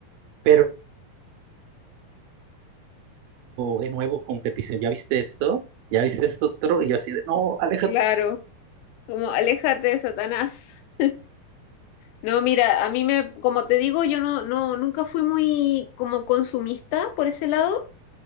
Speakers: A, on the right (about 80°); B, on the left (about 85°).
A: pero de nuevo como que te dicen, ¿ya viste esto? ¿Ya viste esto otro? Y yo así de, no, aléjate.
B: Claro, como aléjate, Satanás. No, mira, a mí me, como te digo, yo no, no, nunca fui muy como consumista por ese lado.